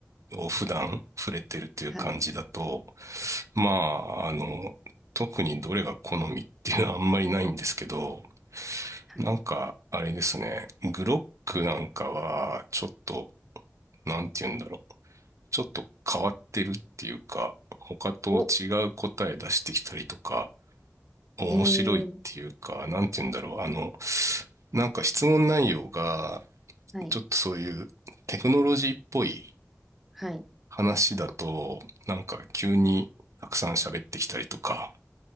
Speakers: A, on the right; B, in the centre.
A: を普段触れてるという感じだと、
B: はい。
A: まあ、あの、特にどれが好みっていうのはあんまりないんですけど、
B: はい
A: なんか、あれですね、グロックなんかはちょっと、なんて言うんだろう。ちょっと変わってるっていうか、他と違う答え出してきたりとか、
B: お、
A: 面白いっていうか、
B: えー、
A: なんて言うんだろう。あの、なんか質問内容が、
B: はい、
A: ちょっとそういうテクノロジーっぽい
B: はい。
A: 話だと、なんか急にたくさん喋ってきたりとか、